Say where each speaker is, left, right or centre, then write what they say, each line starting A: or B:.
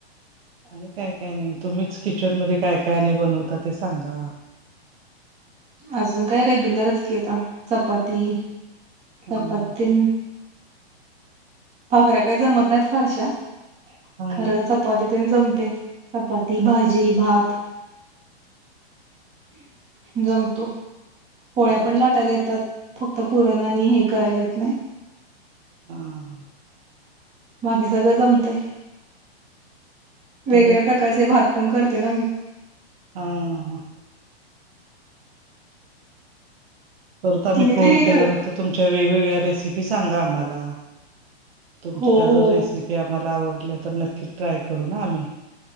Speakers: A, on the right (about 65°); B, on the right (about 20°).
A: आणि काय काय नाही तुम्हीच.... किचन मध्ये काय काय आणि बनवता ते सांगा....
B: अजून काय रेग्युलरच की आता चपाती
A: हम्म
B: चपातन. पा खऱ्या काही जमत नाहीत फारशा
A: हा
B: खरं. चपाती त्यां जमते चपाती भाजी भात. जमतो पोळ्या
A: हम्म
B: पण लाटायला येतात. फक्त पुरणनी हे करायला येत नाही....
A: हम.
B: बाकी सगळं जमते वेगवेगळ्या
A: तुम्ही
B: प्रकारचे भात पण करते ना मी...
A: हा परत आम्ही
B: तुम्ही
A: फोन
B: काय काय
A: केल्यानंतर
B: कर
A: तुमच्या वेगवेगळ्या रेसिपी सांगा आम्हाला. तुमच्या
B: हो
A: जर
B: हो
A: रेसिपी आम्हाला आवडल्या तर नक्कीच ट्राय करू ना आम्ही